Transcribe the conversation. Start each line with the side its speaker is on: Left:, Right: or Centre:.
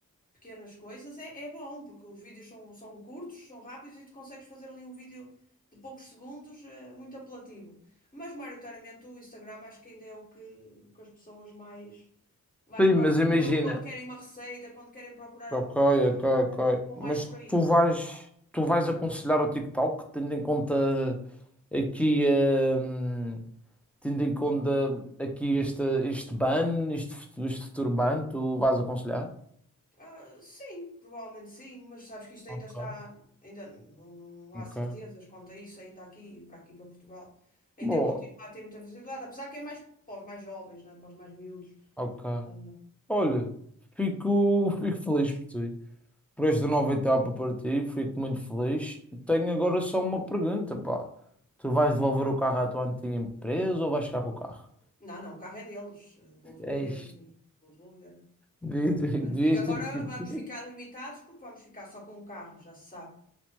Left: pequenas coisas é, é bom, porque os vídeos são, são curtos, são rápidos e tu consegues fazer ali um vídeo de poucos segundos, eh, muito apelativo. Mas maioritariamente o Instagram acho que ainda é o que, o que as pessoas mais, mais
Centre: Sim,
Left: procuram.
Centre: mas imagina.
Left: Quando querem uma receita, quando querem procurar
Centre: Ok,
Left: alguma
Centre: ok,
Left: coisa,
Centre: ok.
Left: vão, vão
Centre: Mas
Left: mais por aí.
Centre: tu vais, tu vais aconselhar o TikTok, tendo em conta aqui hum, Tendo em conta aqui este, este ban, este, fut- este futuro ban, tu vais aconselhar?
Left: Ah, sim, provavelmente sim, mas sabes que isto
Centre: Ok,
Left: ainda está, ainda não, não há
Centre: ok.
Left: certezas quanto a isso, ainda aqui, para aqui, para Portugal. Ainda
Centre: Boa,
Left: continua a ter muita visibilidade, apesar que é mais para os mais jovens, né? Para os mais miúdos.
Centre: ok.
Left: Ah,
Centre: Olha, fico, fico feliz por ti. Por esta nova etapa para ti, fico muito feliz. Tenho agora só uma pergunta, pá. Tu vais devolver o carro à tua antiga empresa ou vais ficar com o carro?
Left: não, não, o carro é deles. Eu vou devolver,
Centre: Ei,
Left: sim. Vou devolver.
Centre: devia- devia-
Left: Ah,
Centre: devias
Left: Fica, agora
Centre: ter... pedido.
Left: vamos ficar limitados porque vamos ficar só com o carro, já se sabe.